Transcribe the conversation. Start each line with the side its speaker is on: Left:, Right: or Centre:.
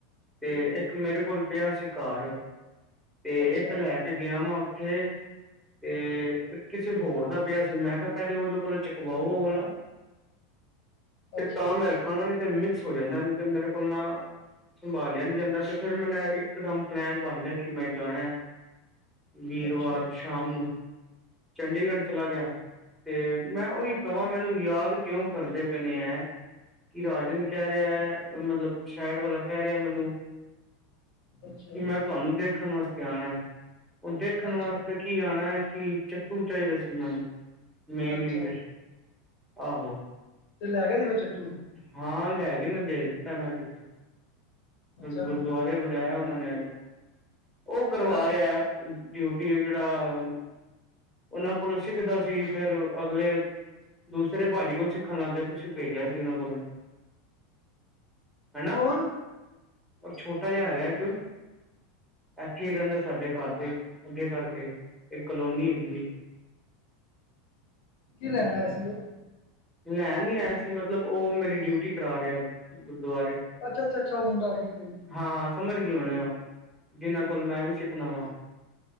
Centre: ਤੇ
Left: ਠੀਕ ਹੈ,
Centre: ਇੱਕ ਮੇਰੇ ਕੋਲ ਪਿਆ ਸੀ, ਘਰ ਤੇ
Left: ਅੱਛਾ,
Centre: ਇੱਕ ਲੈ ਕੇ ਗਿਆ ਵਾ। ਥੇ ਤੇ ਕਿਸੇ ਹੋਰ ਦਾ ਪਿਆ ਸੀ, ਮੈਂ ਕਿਹਾ ਪਹਿਲੇ ਉਦੋਂ ਕੋਲ ਚੁੱਕਵਾਓ ਵਾਲਾ ਤੇ
Left: ਅੱਛਾ,
Centre: ਤਾਂ ਮੈਂ ਰੱਖਾਂਗਾ ਨੀ ਤੇ ਮਿਕਸ ਹੋ ਜਾਂਦਾ ਨੀ ਤੇ ਮੇਰੇ ਕੋਲ ਨਾ ਸੰਭਾਲਿਆ ਨੀ ਜਾਂਦਾ ਤੇ ਫਿਰ ਮੈਨ ਇੱਕ ਦਮ ਪਲੈਨ ਬਣ ਗਿਆ, ਕਿ ਮੈਂ ਜਾਣਾ। ਵੀਰਵਾਰ
Left: ਅੱਛਾ, ਅੱਛਾ।
Centre: ਸ਼ਾਮ ਨੂੰ ਚੰਡੀਗੜ੍ਹ ਚਲਾ ਤੇ ਮੈਂ ਉਹੀ ਕਹਾਂ ਮੈਨੂੰ ਯਾਦ ਕਿਉਂ ਕਰਦੇ ਪਏ ਏ ਹੈ। ਕਿ ਰਾਜਨ ਕਹਿ ਰਿਹਾ, ਮਤਲਬ ਸ਼ਹਿਡ ਵਾਲਾ ਕਹਿ ਰਿਹਾ ਮੈਨੂੰ
Left: ਅੱਛਾ,
Centre: ਕਿ ਮੈਂ ਤੁਹਾਨੂੰ ਦੇਖਣ ਵਾਸਤੇ ਆਣਾ ਹੈ, ਉਹ ਦੇਖਣ
Left: ਅੱਛਾ,
Centre: ਵਾਸਤੇ ਕੀ ਆਣਾ ਹੈ। ਕਿ ਚੱਟੂ ਚਾਹੀਦਾ ਸੀ, ਉਹਨਾਂ ਨੂੰ ਮੇਨਲੀ
Left: ਅੱਛਾ
Centre: ਤੇ ਆਹੋ
Left: ਤੇ ਲੈ ਕੇ ਦੇਵੇ ਚੱਟੂ
Centre: ਹਾਂ ਲੈ ਕੇ ਦੇ ਦਿੱਤਾ ਮੈਂ ਚੱਕ
Left: ਅੱਛਾ,
Centre: ਗੁਰਦੁਆਰੇ ਵਜਾਇਆ ਉਹਨਾਂ ਨੇ, ਉਹ ਕਰਵਾ
Left: ਅੱਛਾ ਜੀ।
Centre: ਰਿਹਾ। ਡਿਊਟੀ ਜਿਹੜਾ ਉਹਨਾਂ ਕੋਲੋਂ ਸਿੱਖਦਾ ਸੀ ਫੇਰ ਅਗਲੇ ਦੂਸਰੇ ਭਾਜੀ ਕੋਲ ਸਿੱਖਣ ਲੱਗ ਗਿਆ ਤੁਸੀਂ ਭੇਜਿਆ ਸੀਨਾਂ ਕੋਲ ਹਨ ਨਾ
Left: ਕੌਣ
Centre: ਛੋਟਾ ਜਿਹਾ ਹੈਗਾ ਇੱਕ, ਇੱਥੇ ਹੀ ਰਹਿੰਦਾ ਸਾਡੇ ਘਰ ਦੇ ਅੱਗੇ ਕਰਕੇ ਇੱਕ ਕਲੋਨੀ ਹੈਗੀ ਹੈ।
Left: ਕੀ ਲੈਣਾ ਸੀ ਉਹ
Centre: ਲੈ ਨੀ ਐ ਸੀ, ਮਤਲਬ ਉਹ ਮੇਰੀ ਡਿਊਟੀ ਕਰਾ ਰਿਹਾ। ਗੁਰਦੁਆਰੇ
Left: ਅੱਛਾ-ਅੱਛਾ-ਅੱਛਾ, ਉਹ ਮੁੰਡਾ ਠੀਕ ਹੈ ਠੀਕ
Centre: ਹਾਂ ਸਮਝ ਗਏ ਹੋਣੇ ਜਿਨਾਂ
Left: ਠੀਕ
Centre: ਕੋਲ
Left: ਹੈ ਠੀਕ
Centre: ਮੈਂ ਵੀ ਸਿੱਖਣਾ ਵਾ